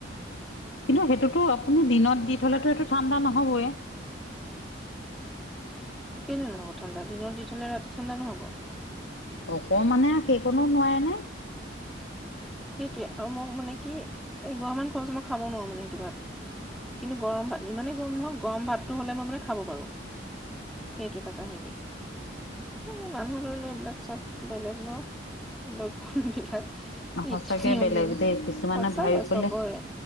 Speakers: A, on the left (about 80°); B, in the centre.
A: কিন্তু সেইটোতো আপুনি দিনত দি থ'লে টো এইটো ঠাণ্ডা নহ'বয়ে।
B: কেলে নহ'ব ঠাণ্ডা, দিনত দি থলে ৰাতি ঠাণ্ডা নহ'ব।
A: অকমান হে সেইকনো নোৱাৰে নে?
B: সেইটোৱে আৰু মোক মানে কি এ গৰা মান খোৱা পিছত মই খাব নোৱাৰো মানে সেইটো ভাত। কিন্তু গৰম ভাত যিমানেই গৰম নহওক গৰম ভাতটো হ'লে মই মানে খাব পাৰোঁ। সেইটো এটা কাহিনী। এ মানুহ লৈ লৈ এইবিলাক চব বেলেগ ন লক্ষণ বিলাক। নীতি
A: সঁচাকে
B: নিয়ম
A: বেলেগ
B: বিলাক
A: দেই কিছুমানে
B: সঁচাকে
A: ভাব বোলে
B: চবৰে